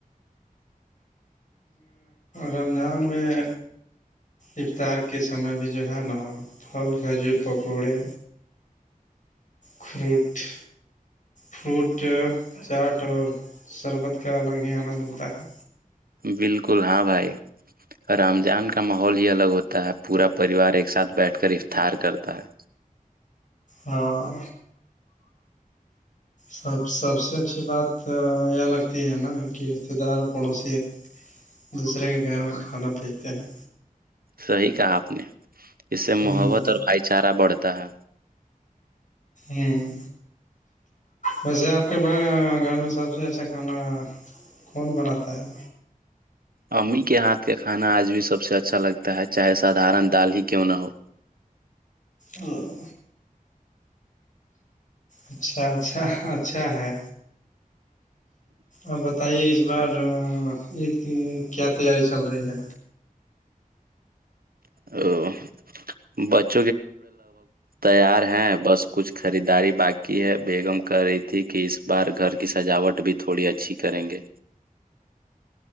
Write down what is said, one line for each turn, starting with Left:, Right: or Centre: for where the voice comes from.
Left: رمضان میں افطار کے سمے بھی جو ہے نا پھل کھجور پکوڑے فروٹ فروٹ چاٹ اور شربت کا الگ ہی آنند ہوتا ہے
Right: بالکل ہاں بھائی رمضان کا ماحول ہی الگ ہوتا ہے پورا پریوار ایک ساتھ بیٹھ کر افطار کرتا ہے
Left: ہاں سب سب سے اچھی بات یہ لگتی ہے نا کہ رشتے دار پڑوسی ایک دوسرے کے گھر میں کھانا پہتے ہیں
Right: صحیح کہا آپ نے اس سے
Left: ہوں
Right: محبت اور بھائی چارہ بڑھتا ہے
Left: ہوں ویسے آپ کے بھائی گھر میں سب سے اچھا کھانا کون بناتا ہے
Right: امی کے ہاتھ کا کھانا آج بھی سب سے اچھا لگتا ہے چاہے سادارن دال ہی کیوں نہ ہو
Left: اور <unintelligible> اچھا اچھا اچھا ہے آپ بتائیے اس بار عید کی کیا تیاری چل رہی ہے
Right: <unintelligible> تیار ہیں بس کچھ خریداری باقی ہے بیگم کر رہی تھی کہ اس باہر گھر کی سجاوٹ بھی تھوڑی اچھی کریں گے